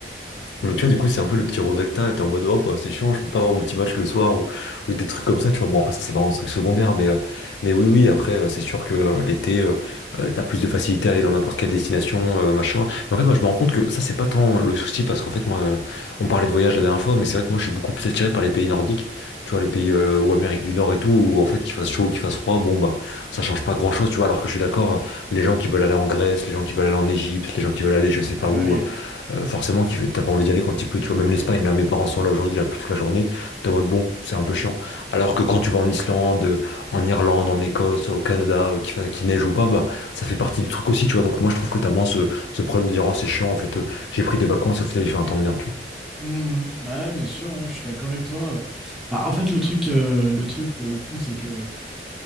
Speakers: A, on the left; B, in the centre.
A: mais tu vois, du coup, c'est un peu le petit regret que t'as, et t'es en mode, oh, bah, c'est chiant, je peux pas avoir mon petit match le soir ou, ou des trucs comme ça, tu vois. Bon, après, ça, c'est vraiment un truc secondaire, mais, euh, mais oui, oui, après, euh, c'est sûr que euh, l'été, euh, euh, t'as plus de facilité à aller dans n'importe quelle destination, euh, machin. Mais en fait, moi, je me rends compte que ça, c'est pas tant le souci, parce qu'en fait, moi, euh, on parlait de voyage la dernière fois, mais c'est vrai que moi, je suis beaucoup plus attiré par les pays nordiques, tu vois, les pays, euh, ou Amérique du Nord et tout, où en fait, qu'il fasse chaud ou qu'il fasse froid, bon, bah, ça change pas grand-chose, tu vois, alors que je suis d'accord, euh, les gens qui veulent aller en Grèce, les gens qui veulent aller en Égypte, les gens qui veulent aller, je sais pas
B: Ouais,
A: où.
B: ouais. ouais.
A: euh, euh, forcément, qu'il fait- t'as pas envie d'y aller quand il pleut, tu vois. Même l'Espagne, là, mes parents sont là aujourd'hui, là, plus toute la journée. T'es en mode, bon, c'est un peu chiant. Alors que quand tu vas en Islande, euh, en Irlande, en Écosse, au Canada, euh, qu'il fa- qu'il neige ou pas, bah, ça fait partie du truc aussi, tu vois. Donc, moi, je trouve que t'as moins ce, ce problème de dire, oh, c'est chiant, en fait, euh, j'ai pris des vacances et au final, il fait un temps de merde, tu vois.
B: Mm. Ouais, bien sûr, hein, je suis d'accord avec toi. Bah, en fait, le truc, euh, le truc pour le coup, c'est que